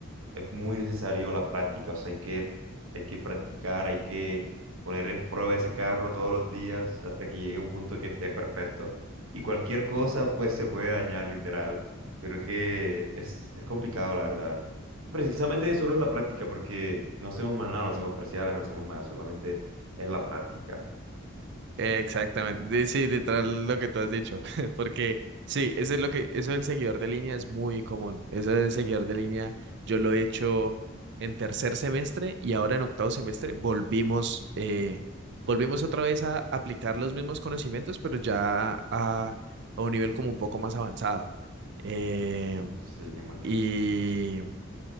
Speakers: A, on the right (about 75°); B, on the right (about 55°).
A: es muy necesario la práctica, o sea, hay que, hay que practicar, hay que poner en prueba ese carro todos los días hasta que llegue a un punto que esté perfecto. Y cualquier cosa, pues, se puede dañar, literal. Pero que es, es complicado, la verdad. Precisamente solo es la práctica, porque no hacemos más nada, no hacemos parciales, no hacemos nada, solamente es la práctica.
B: Exactamente, de- sí, literal lo que tú has dicho, <laughs> porque sí, eso es lo que, eso del seguidor de línea es muy común, eso del seguidor de línea yo lo he hecho en tercer semestre y ahora en octavo semestre volvimos, eh, volvimos otra vez a aplicar los mismos conocimientos, pero ya a, a un nivel como un poco más avanzado. Eh,
A: Sí, me imagino.
B: y,